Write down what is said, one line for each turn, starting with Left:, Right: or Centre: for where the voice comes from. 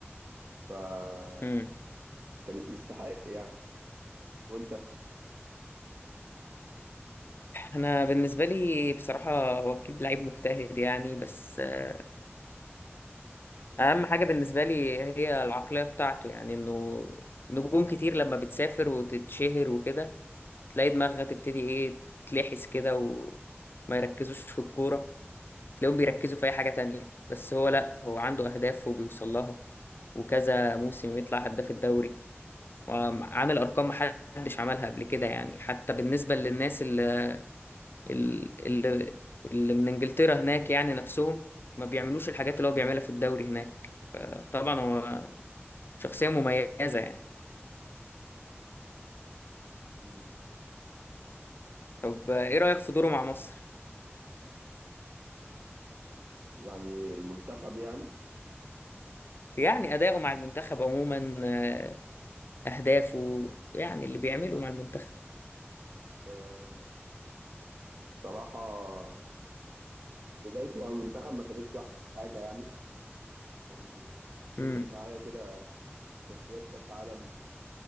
Right: فكان
Left: مم.
Right: يستحق يعني وانت
Left: أنا بالنسبة لي بصراحة هو أكيد لعيب مجتهد يعني بس آه، أهم حاجة بالنسبة لي هي العقلية بتاعته يعني إنه نجوم كتير لما بتسافر وتتشهر وكده تلاقي دماغها تبتدي إيه تتلحس كده وما يركزوش في الكورة تلاقيهم بيركزوا في اي حاجة تانية بس هو لا هو عنده اهداف وبيوصل لها وكذا موسم يطلع هداف الدوري وعامل ارقام محدش عملها قبل كده يعني حتى بالنسبة للناس اللي اللي, اللي من انجلترا هناك يعني نفسهم ما بيعملوش الحاجات اللي هو بيعملها في الدوري هناك فطبعا هو شخصية مميزة يعني
Right: مم.
Left: طب ايه رأيك في دوره مع مصر؟
Right: يعني المنتخب يعني
Left: يعني أداؤه مع المنتخب عموما آه، أهدافه يعني اللي بيعمله مع المنتخب
Right: آه، الصراحة بدايته مع المنتخب ما كانتش احسن حاجة يعني لو
Left: امم
Right: تفتكر معايا كده تصفيات كأس عالم